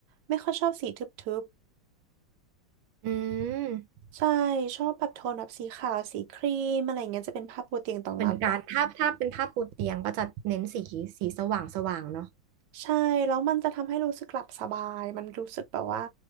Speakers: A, on the right; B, on the right.
A: ไม่ค่อยชอบสีทึบ
B: อืม
A: ๆใช่ชอบแบบโทนแบบสีขาวสีครีมอะไรเงี้ยจะเป็นภาพบนเตียงตองมากกว่า
B: เหมือนกันถ้าถ้าเป็นผ้าปูเตียงก็จะเน้นสีสีสว่างสว่างเนาะ
A: ใช่แล้วมันจะทำให้รู้สึกหลับสบายมันรู้สึกแบบว่า